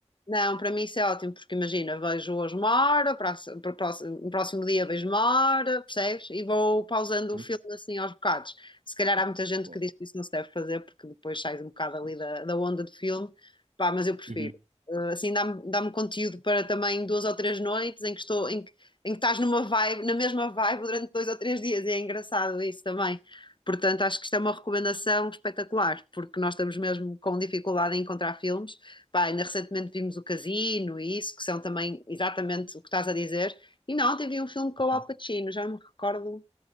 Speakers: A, on the left; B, on the right.
A: Não, para mim isso é ótimo, porque imagina, vejo hoje uma hora, próximo, próximo, próximo dia vejo uma hora, percebes? E vou pausando
B: Portanto,
A: o filme assim aos bocados. Se calhar há muita gente
B: bom.
A: que diz que isso não se deve fazer, porque depois sai um bocado ali da, da onda do filme, pá, mas eu prefiro.
B: Uhum,
A: Eh, Assim dá-me dá-me conteúdo para também duas ou três noites em que estou, em que, em que estás numa vibe, na mesma vibe durante dois ou três dias, e é engraçado isso também. Portanto, acho que isto é uma recomendação espetacular, porque nós estamos mesmo com dificuldade em encontrar filmes. Pá, ainda recentemente vimos o Casino e isso, que são também exatamente o que estás a dizer. E não, ontem vi um filme com o Al
B: uhum.
A: Pacino, já não me recordo.